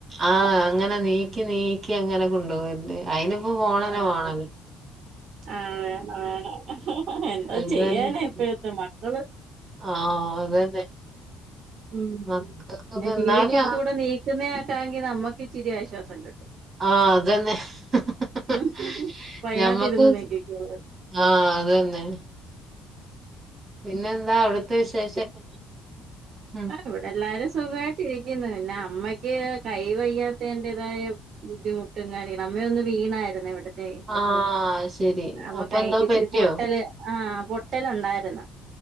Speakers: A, on the right; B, on the right.
A: ആഹ് അങ്ങനെ നീക്കി നീക്കി അങ്ങനെ കൊണ്ടു കൊണ്ടോക്കല്ലേ അയിനിപ്പോ ഫോണനെ
B: ആഹ്
A: വേണല്ലോ
B: ആഹ് വേണം <unintelligible> എന്താ
A: അതന്നെ
B: ചെയ്യാനാ ഇപ്പോഴത്തെ മക്കള്
A: ആഹ് അതന്നെ
B: ഉം
A: മക്കക്കൊക്കെ
B: ടി
A: എന്നാലും
B: വി ക്കകത്ത് കൂടെ നീക്കുന്നേ ആക്കാെങ്കിൽ നമ്മക്ക് ഇതിരി ആശ്വാസം കിട്ടും
A: ആഹ അതന്നെ ഹ്ഹ
B: ഉം അപ്പൊ അയിനാത്തിരുന്ന്
A: ഞമ്മക്ക്
B: നീക്കിക്കോളും
A: ആഹ അത് തന്നെ പിന്നെന്താ അവിടുത്തെ വിശേഷ <inaudible>
B: ആഹ് ഇവടെ എല്ലാരും സുഖ യ്ട്ടിരിക്ക്ന്ന് പിന്നെ അമ്മയ്ക്ക് കൈ വയ്യാത്തതിന്റേതായ ബുദ്ധിമു ട്ട്ങ്ങെ <unintelligible> അമ്മയൊന്ന് വീണായിരുന്നേ ഇവിട് ത്തേ
A: ആഹ് ശരി
B: അപ്പൊ കയ്ക്ക്ച്ചിരി
A: എന്തോ പറ്റിയോ
B: പൊട്ടല് ആഹ് പൊട്ടലുണ്ടായിരുന്നു